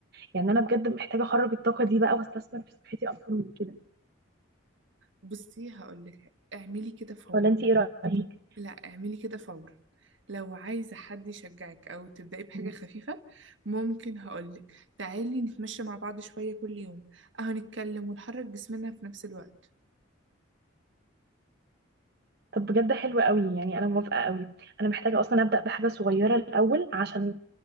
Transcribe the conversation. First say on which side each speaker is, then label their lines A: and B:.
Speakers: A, on the right; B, on the right.
A: يعني انا بجد محتاجه اخرج الطاقه دي بقى واستثمر في صحتي اكتر من كده
B: بصي هقول لك حاجة اعملي كده فورا
A: ولا انت ايه رايك
B: لا اعملي كده فورا لو عايزة حد يشجعك أو تبدأي بحاجة
A: ماشي.
B: خفيفة ممكن هقولك تعالي نتمشى مع بعض شوية كل يوم أهو نتكلم ونحرك جسمنا في نفس الوقت
A: طب بجد حلو قوي يعني انا موافقه قوي انا محتاجه اصلا ابدا بحاجه صغيره الاول عشان